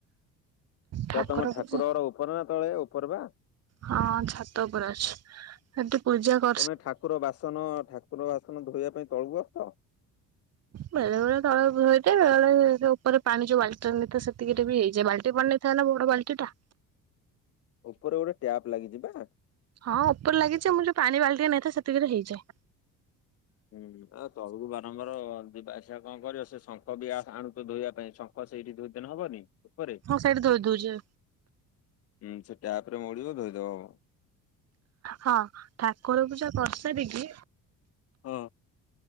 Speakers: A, on the right (about 30°); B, on the left (about 30°).
A: ଠାକୁର
B: ତା ତମ ଠାକୁରର
A: ପୂଜା
B: ଉପର ନା ତଳେ ଉପର ବା
A: ହଁ ଛାତ ଉପରେ ଅଛି। ସେଠି ପୂଜା କ
B: ତମେ ଠାକୁର ବାସନ ଠାକୁର ବାସନ ଧୋଇବା ପାଇଁ ତଳକୁ ଆସ
A: ବେଳେ ବେଳେ ତଳକୁ ହୁଏତ ବେଳ ଳ ସେ ଉପରେ ପାଣି ଯୋଉ ବାଲ୍ଟି ନେଇଥା ସେତିି କିରେ ବି ହେଇଯାଏ ବାଲ୍ଟିଏ ପାଣି ନେ ସେ ନା ବଡ ବାଳ୍ଟିଟା।
B: ଉପରେ ଗୋଟେ ଟ୍ୟାପ ଲାଗିଚିବା
A: ହଁ ଉପରେ ଲାଗିଚି ଯେ ମୁ ଯେ ପାଣି ବାଲ୍ଟି ନେଇେଥାଏ ସେତିକିରେ ହେଇଯାଏ।
B: ହୁଁ ଆ ପ୍ରଭୁଙ୍କୁ ବାରମ୍ବାର ଯିବା ଆସିବା କଣ କରିବେ ସେ ଶଙ୍ଖ ବି ଆ ଆଣୁଥିବେ ଧୋଇବା ପାଇଁ ଶଙ୍ଖ କ ସେଇଠି ଦୁଇ ଦିନ ହବନି ଉପରେ
A: ହଁ ସେଇଠି ଧୋଇ ଦଉଚଅ
B: ହୁଁ ସେ ଟ୍ୟାପ ରେ ମୋଡିବ ଧୋଇଦବ ହବ।
A: ହଁ ଠାକୁର ପୂଜା କରିସାରିକି
B: ହଁ।